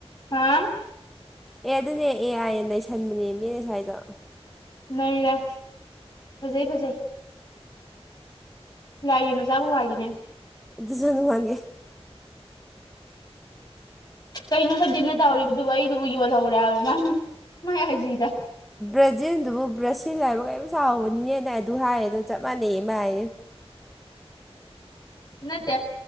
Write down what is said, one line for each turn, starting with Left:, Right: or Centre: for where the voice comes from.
Left: ꯍꯥꯥ
Centre: ꯑꯦ ꯑꯗꯨꯅꯦ ꯑꯦ ꯑꯥꯏꯌꯦ ꯅꯩꯁꯟꯕꯅꯦ ꯃꯤꯅ ꯁ꯭ꯋꯥꯏꯗ
Left: ꯅ ꯔ ꯐꯖꯩ ꯐꯖꯩ ꯂꯏ ꯃꯖꯥꯕ ꯃꯥꯅꯦ
Centre: ꯑꯗꯨꯁꯨ ꯅꯨꯡꯉꯥꯏꯉꯦ
Left: ꯀꯩꯅꯣ ꯈꯗꯤꯟꯅ ꯇꯧꯔꯤꯕꯗꯨꯕꯨ ꯑꯩꯗꯨꯕꯨ ꯌꯣꯜꯍꯧꯔꯦ ꯍꯥꯏꯕ ꯃꯥꯅ ꯃꯥꯥꯏ ꯍꯥꯏꯁꯤꯗ
Centre: ꯕ꯭ꯔꯥꯖꯤꯜꯗꯨꯕꯨ ꯕ꯭ꯔꯥꯖꯤꯜ ꯍꯥꯏꯔ ꯀꯔꯤꯝ ꯆꯥꯎꯕꯅꯤꯅꯦꯅ ꯑꯩ ꯑꯗꯨ ꯍꯥꯏꯌꯦ ꯑꯗꯣ ꯆꯞ ꯃꯥꯟꯅꯩꯌꯦ ꯃꯥꯌꯦ
Left: ꯅ ꯇ